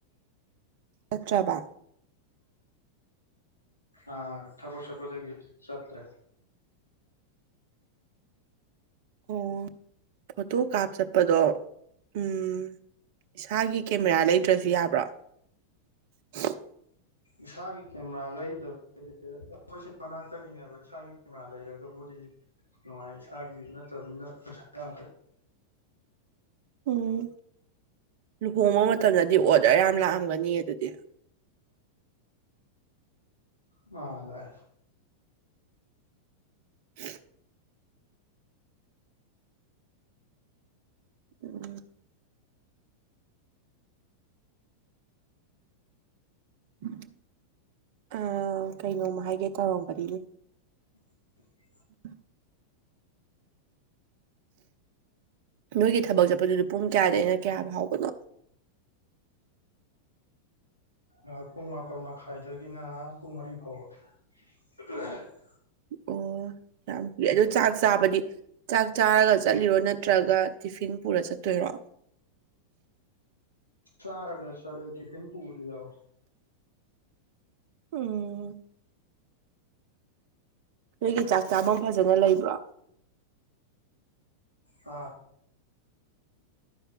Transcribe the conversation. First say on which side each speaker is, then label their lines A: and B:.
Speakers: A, on the right (about 50°); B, on the left (about 80°).
A: ꯆꯠꯇ꯭ꯔꯕꯥ
B: ꯑꯥ ꯊꯥꯕꯛ ꯆꯠꯄꯗꯒꯤ ꯆꯠꯇ꯭ꯔꯦ
A: ꯑꯣ ꯐꯣꯇꯣ ꯀꯥꯞ ꯆꯠꯄꯗꯣ ꯎꯝ ꯏꯁꯥꯒꯤ ꯀꯦꯃꯦꯔꯥ ꯂꯩꯗ꯭ꯔꯖꯨ ꯌꯥꯕ꯭ꯔꯣ <unintelligible>
B: ꯏꯁꯥꯒꯤ ꯀꯦꯃꯦꯔꯥ ꯂꯩꯗꯕ ꯑꯈꯣꯏꯁꯤ ꯃꯅꯥꯛꯇꯒꯤꯅꯦꯕ ꯏꯁꯥꯒꯤ ꯀꯦꯃꯦꯔꯥ ꯂꯩꯔꯒꯕꯨꯗꯤ ꯅꯨꯡꯉꯥꯏ ꯏꯁꯥꯒꯤ ꯅꯠꯇꯕꯅꯤꯅ ꯄꯩꯁꯥ ꯌꯥꯝ
A: ꯎꯝ ꯂꯨꯍꯣꯡꯕ ꯃꯇꯝꯗꯗꯤ ꯑꯣꯗꯔ ꯌꯥꯝ ꯂꯥꯛꯑꯝꯒꯅꯤꯌꯦ ꯑꯗꯨꯗꯤ
B: ꯃꯥ ꯂꯥꯛꯑꯦ
A: <inaudible> ꯎꯝ <inaudible> ꯑꯥ ꯀꯩꯅꯣꯝ ꯍꯥꯏꯒꯦ ꯇꯧꯔꯝꯕꯅꯤꯅꯦ
B: <inaudible>
A: <inaudible> ꯅꯣꯏꯒꯤ ꯊꯕꯛ ꯆꯠꯄꯗꯨꯖꯨ ꯄꯨꯡ ꯀꯌꯥꯗꯒꯤꯅ ꯀꯌꯥ ꯐꯥꯎꯕꯅꯣ
B: ꯑꯥ ꯄꯨꯡ ꯃꯥꯄꯜ ꯃꯈꯥꯏꯗꯒꯤꯅ ꯄꯨꯡ ꯃꯔꯤ ꯐꯥꯎꯕ <unintelligible>
A: ꯑꯣ ꯌꯥꯝ ꯀꯨꯏ ꯑꯗꯣ ꯆꯥꯛ ꯆꯥꯕꯗꯤ ꯆꯥꯛ ꯆꯥꯔꯒ ꯆꯠꯂꯤꯔꯣ ꯅꯠꯇ꯭ꯔꯥꯒ ꯇꯤꯐꯤꯟ ꯄꯨꯔ ꯆꯠꯇꯣꯏꯔꯣ
B: ꯆꯔꯒ ꯆꯠꯂꯤ ꯇꯤꯐꯤꯟ ꯄꯨꯕꯖꯨ ꯌꯥꯎꯏ
A: ꯎꯝ ꯅꯣꯏꯒꯤ ꯆꯥꯛ ꯆꯥꯚꯝ ꯐꯖꯅ ꯂꯩꯕ꯭ꯔꯣ
B: ꯑꯥ